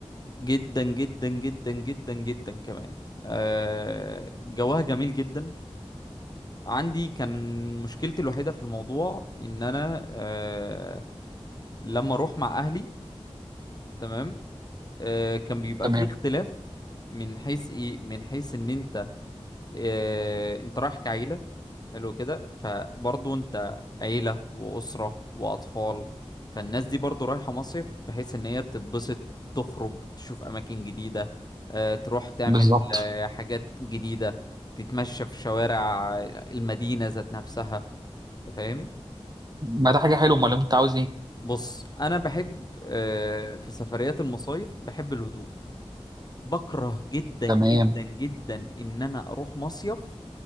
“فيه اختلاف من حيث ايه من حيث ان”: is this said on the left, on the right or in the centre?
Left